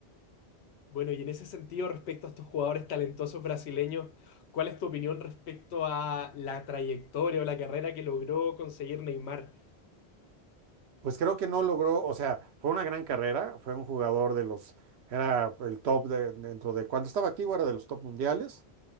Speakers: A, on the left; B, on the right.
A: Bueno, y en ese sentido, respecto a estos jugadores talentosos brasileños, ¿cuál es tu opinión respecto a la trayectoria o la carrera que logró conseguir Neymar?
B: Pues creo que no logró, o sea, fue una gran carrera, fue un jugador de los, era el top de- dentro de, cuando estaba activo era de los top mundiales,